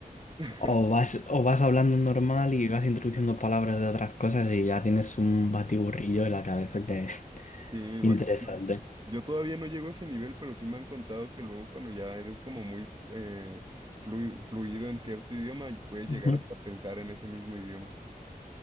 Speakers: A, on the right (about 30°); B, on the left (about 55°).
A: <laughs>
B: o vas, o vas hablando normal y vas introduciendo palabras de otras cosas y ya tienes un batiburrillo en la cabeza que <laughs>
A: Sí, me imagino.
B: interesante.
A: Yo todavía no llego a ese nivel, pero sí me han contado que luego cuando ya eres como muy eh, flu- fluido en cierto idioma, y puedes
B: Ujú.
A: llegar hasta pensar en ese mismo idioma.